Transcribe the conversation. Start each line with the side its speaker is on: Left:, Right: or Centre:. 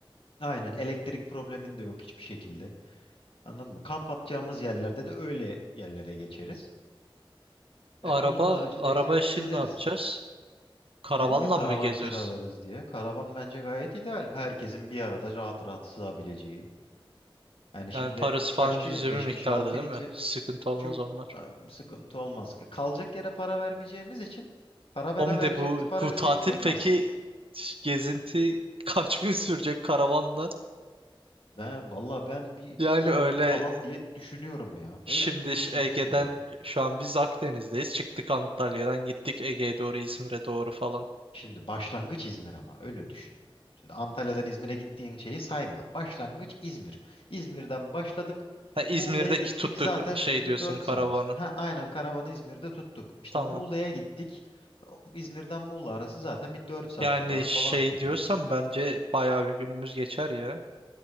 Left: Aynen elektrik problemin de yok hiçbir şekilde. Anladın mı? Kamp atacağımız yerlerde de öyle yerlere geçeriz.
Right: Araba
Left: E, onun haricinde
Right: araba
Left: işte
Right: işini
Left: gezeriz.
Right: ne yapacağız? Karavanla
Left: Dedim ya karavan
Right: mı geziyoruz?
Left: kiralarız diye. Karavan bence gayet ideal. Herkesin bir arada rahat rahat sığabileceği. Yani
Right: Yani
Left: şimdi
Right: parası falan
Left: kaç kişi?
Right: cüzi
Left: beş
Right: bir miktarda
Left: kişi, 6
Right: değil
Left: kişi.
Right: mi? Sıkıntı olmaz
Left: Çok
Right: onlar.
Left: e, sıkıntı olmaz. Kalacak yere para vermeyeceğimiz için karavana
Right: Om
Left: vereceğimiz
Right: de bu
Left: para
Right: bu
Left: bize
Right: tatil
Left: hiç koymaz.
Right: peki gezinti <laughs> kaç gün sürecek karavanla?
Left: Ben valla ben bir
Right: Yani
Left: 10
Right: öyle
Left: gün falan diye düşünüyorum ya.
Right: Şimdi
Left: O 10 gün
Right: ş-
Left: sürsün
Right: Ege'den
Left: yani.
Right: şu an biz Akdeniz'deyiz. Çıktık Antalya'dan gittik Ege'ye doğru İzmir'e doğru falan.
Left: Şimdi başlangıç İzmir ama öyle düşün. Şimdi Antalya'dan İzmir'e gittiğin şeyi sayma. Başlangıç İzmir. İzmir'den başladık.
Right: Ha, İzmir'deki
Left: Muğla'ya gittik.
Right: tuttuk
Left: Zaten
Right: şey
Left: sürdü
Right: diyorsun
Left: 4
Right: karavanı.
Left: saat. Ha aynen karavanı İzmir'de tuttuk. İşte
Right: Tamam.
Left: Muğla'ya gittik. O- İzmir'den Muğla arası zaten bir 4 saat
Right: Yani
Left: civarı
Right: şey
Left: falan sürüyor.
Right: diyorsan bence bayağı bir günümüz geçer ya.